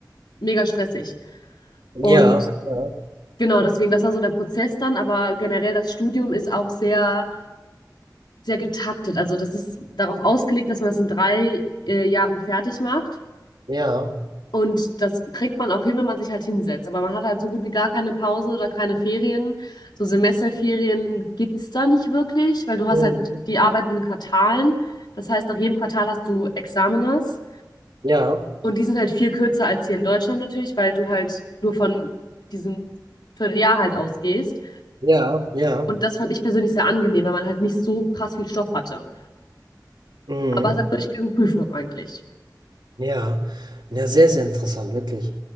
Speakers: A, on the left; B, on the right.
A: mega stressig.
B: ja,
A: Und
B: ja,
A: genau, deswegen, das war so der Prozess dann, aber generell das Studium ist auch sehr, sehr getaktet. Also das ist darauf ausgelegt, dass man das in drei äh, Jahren fertig macht.
B: ja.
A: Und das kriegt man auch hin, wenn man sich halt hinsetzt. Aber man hat halt so gut wie gar keine Pause oder keine Ferien. So Semesterferien gibt's da nicht wirklich, weil du hast
B: Mhm.
A: halt die Arbeit in Quartalen. Das heißt, nach jedem Quartal hast du Examiners.
B: Ja,
A: Und die sind halt viel kürzer als hier in Deutschland natürlich, weil du halt nur von diesem Vierteljahr halt ausgehst.
B: ja, ja.
A: Und das fand ich persönlich sehr angenehm, weil man halt nicht so krass viel Stoff hatte.
B: Mhm.
A: Aber es hat durchgehend Prüfung eigentlich.
B: Ja, ja, sehr, sehr interessant, wirklich.